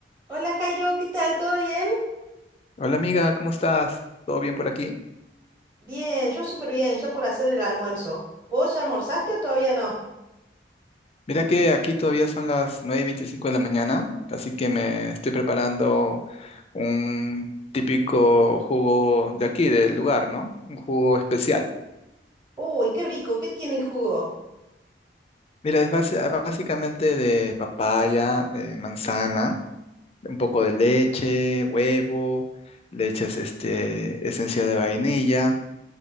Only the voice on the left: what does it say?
Hola amiga, ¿cómo estás? ¿Todo bien por aquí?
Mira que aquí todavía son las nueve y veinticinco de la mañana, así que me estoy preparando un típico jugo de aquí, del lugar, ¿no? Un jugo especial.
Mira, es base- básicamente de papaya, eh, manzana, un poco de leche, huevo, leches este, esencia de vainilla.